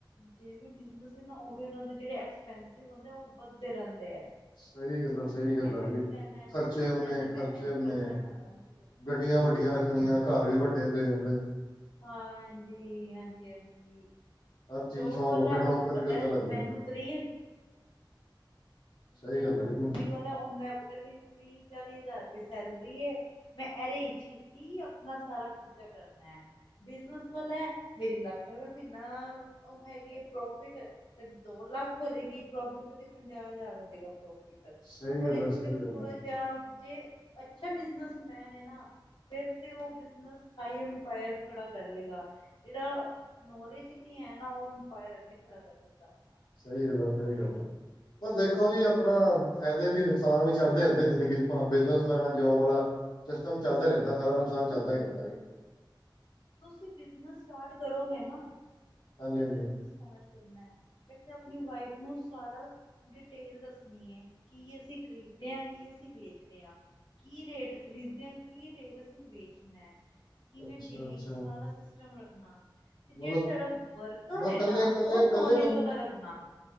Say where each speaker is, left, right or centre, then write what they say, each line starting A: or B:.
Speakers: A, on the left; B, on the left.
A: ਜੇ ਵੀ ਬਿਜਨਸ ਹੈ ਨਾ ਉਹ ਵੀ ਉਹਨਾਂ ਦੇ ਜਿਹੜੇ ਐਕਸਪਸਿਵ ਹੁੰਦੇ ਉਹ ਵੱਧਦੇ ਰਹਿੰਦੇ ਆ
B: ਸਹੀ ਗੱਲ ਆ ਸਹੀ ਗੱਲ
A: ਮੈਂ
B: ਆ ਜੀ
A: ਇਹ ਵੀ ਲੈਣਾ ਮੈਂ
B: ਖਰਚੇ
A: ਉਹ ਵੀ
B: ਓਨੇ
A: ਲੈਣਾ ਮੈਂ
B: ਖਰਚੇ
A: ਇੰਝ
B: ਉਨੇ
A: ਕਰਨਾ ਮੈਂ ਉਝ ਕਰਨਾ
B: ਗੱਡੀਆਂ ਵੱਡੀਆਂ ਰੱਖਣੀਆਂ ਘਰ ਵੀ ਵੱਡੇ ਵੱਡੇ ਵੱਡੇ
A: ਹਾਂ ਜੀ, ਹਾਂਜੀ ਹਾਂਜੀ।
B: ਹਰ ਚੀਜ਼
A: ਜੋਬ
B: ਸ਼ੌਂਕ
A: ਵਾਲੈ
B: ਵੱਖਰੇ
A: ਉਨੂੰ
B: ਨੌਕਰ
A: ਪਤਾ
B: ਵੀ ਓਦਾਂ
A: ਐ
B: ਲੱਗ
A: ਮੈਨੂੰ
B: ਜਾਏਗਾ
A: ਤ ਰੀ
B: ਸਹੀ
A: ਜੇੜਾ
B: ਗੱਲ
A: ਨੌਕਰੀ
B: ਹੈ ਜੀ
A: ਵਾਲਾ ਉਨੂੰ ਐ ਪਤਾ ਬੀ ਕਿ ਤੀਹ-ਚਾਲੀ ਹਜਾਰ ਰਪਏ ਸੈਲਰੀ ਏ। ਮੈਂ ਐਰੇ ਇਚ ਹੀ ਆਪਨਾ ਸਾਰਾ ਖਰਚਾ ਕਰਨੈ। ਬਿਜਨਸ ਵਾਲਾ ਏ ਮੇਰੀ ਲੱਖ ਰਪਏ ਮੀਨਾ ਓ ਹੈਗੀ ਏ ਪ੍ਰੋਫਿਟ। ਕਦੀ ਦੋ ਲੱਖ ਹੋਜੇਗੀ ਪ੍ਰੋਫਿਟ ਕਦੀ ਪੰਜਾਅ ਹਜਾਰ ਹੋ ਜੇਗਾ ਪ੍ਰਾਫ਼ਿਟ
B: ਸਹੀ
A: ਓਰੇ
B: ਗੱਲ
A: ਇਚ
B: ਆ ਸਹੀ
A: ਫਿਰ ਥੋੜ੍ਹਾ
B: ਗੱਲ ਆ
A: ਜਿਆ ਜੇ ਅੱਛਾ ਬਿਜ਼ਨਸਮੈਨ ਏ ਨਾ। ਫੇਰ ਤੇ ਓ ਬਿਜ਼ਨਸ ਹਾਈ ਅੰਪਾਇਰ ਖੜ੍ਹਾ ਕਰ ਲੇਗਾ। ਜੇੜਾ ਨੌਲੇਜ ਈ ਨੀ ਹੈ ਨਾ ਓ ਅੰਪਾਇਰ ਨੀ ਖੜਾ ਕਰ ਸਕਦਾ ਆਪਨਾ
B: ਸਈ ਗੱਲ ਆ, ਸਈ ਗੱਲ ਐ ਪਰ ਦੇਖੋ ਜੀ ਆਪਣਾ ਫੈਦੇ ਵੀ ਨੁਕਸਾਨ ਵੀ ਚੱਲਦੇ ਰੈਂਦੇ ਜਿੰਦਗੀ ਬਿਜ਼ਨਸਮੈਨ ਆ, ਜੋਬ ਆਲਾ ਸਿਸਟਮ ਚੱਲਦਾ ਰੈਂਦਾ ਫੈਦਾ ਨੁਕਸਾਨ ਚਲਦਾ ਈ ਰੈਂਦਾ ਜੀ।
A: ਤੁਸੀ ਬਿਜਨਸ ਸਟਾਰਟ ਕਰੋਗੇ ਨਾ
B: ਹਾਂਜੀ
A: ਤੁਸੀ
B: ਹਾਂਜੀ
A: ਬਿਜ਼ਨਸ ਸਟਾਰਟ ਕਰਨੈ। ਏਕ ਤੇ ਆਪਨੀ ਵਾਈਫ ਨੂੰ ਸਾਰਾ ਡਿਟੇਲ ਦੱਸਨੀ ਐ ਕਿ ਅਸੀ ਖਰੀਦਦੇ ਆਂ ਕੀ ਅਸੀ ਵੇਚਦੇ ਆਂ। ਕੀ ਰੇਟ ਖਰੀਦਦੇ ਆਂ, ਕੀ ਰੇਟ ਅਸੀ ਵੇਚਣਾ ਏ। ਕਿਵੇਂ
B: ਅੱਛਾ
A: ਬਿਲਿੰਗ,
B: ਅੱਛਾ
A: ਸਾਰਾ ਸਿਸਟਮ ਰੱਖਨਾ
B: ਮਤਲਬ
A: ਤੇ ਜੇੜਾ ਥਾਡਾ ਵਰਕਰ
B: ਮਤਲਬ
A: ਏ
B: ਕੱਲੇ
A: ਨਾ
B: ਕੱਲੇ
A: ਓ ਨੋਲੇਜ
B: ਕੱਲੇ ਬੰ
A: ਵਾਲਾ ਰੱਖਨਾ।